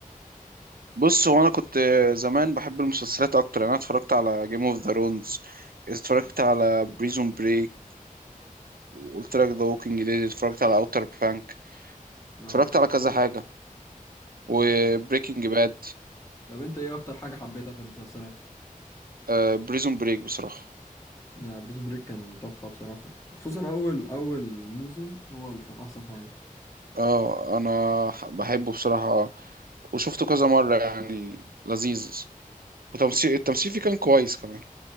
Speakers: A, on the right; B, on the left.
A: بص هو انا كنت زمان بحب المسلسلات اكتر يعني انا اتفرجت على جيم اوف ذا رونز اتفرجت على بريزون بريك قلت لك ذا ووكينج ديد اتفرجت على اوتر بانك
B: اه
A: اتفرجت على كذا حاجه وبريكنج
B: اه
A: باد
B: طب انت ايه اكتر حاجة حبيتها في المسلسلات
A: أه... بريزون بريك بصراحه
B: لا بريزون بريك كان تحفة بصراحة خصوصا اول اول موسم هو اللي كان احسن حاجة
A: اه انا ح- بحبه بصراحة وشفته كذا مرة يعني لذيذ وتمثيل التمثيل فيه كان كويس كمان